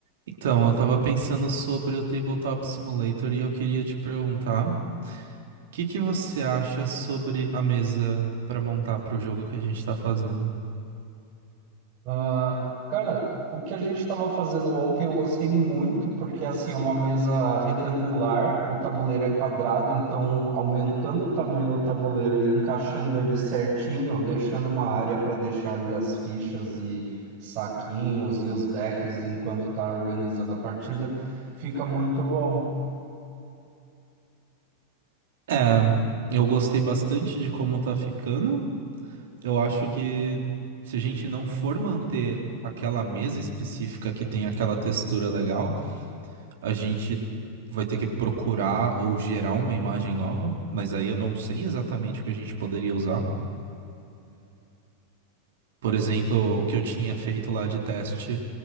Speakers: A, on the right; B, on the right.
A: Então, eu tava pensando sobre o Tabletop Simulator e eu queria te perguntar, o que que você acha sobre a mesa pra montar pro jogo que a gente tá fazendo?
B: Ah, cara, o que a gente estava fazendo ontem eu gostei muito, porque assim, é uma mesa retangular, o tabuleiro é quadrado, então aumentando o tamanho do tabuleiro e encaixando ele certinho, deixando uma área para deixar ali as fichas e saquinhos e os decks enquanto tá organizando a partida, fica muito bom.
A: É, eu gostei bastante de como tá ficando. Eu acho que se a gente não for manter aquela mesa específica que tem aquela textura legal, a gente vai ter que procurar ou gerar uma imagem nova, mas aí eu não sei exatamente o que a gente poderia usar. Por exemplo, o que eu tinha feito lá de teste.